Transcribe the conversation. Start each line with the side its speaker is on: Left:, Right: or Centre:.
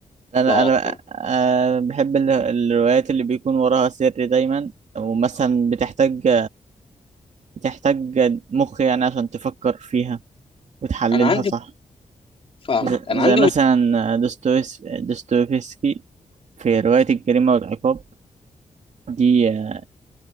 Right: أنا
Left: ده
Right: أنا
Left: اكتر
Right: آه، بحب ال- الروايات اللي بيكون وراها سر دايما ومثلا بتحتاج بتحتاج مخ يعني عشان تفكر فيها وتحللها
Left: انا عندي
Right: صح
Left: فاهمك
Right: ز-
Left: انا
Right: زي
Left: عندي
Right: مثلا
Left: مش
Right: دوستويس دوستويفسكي في رواية الجريمة والعقاب دي آه،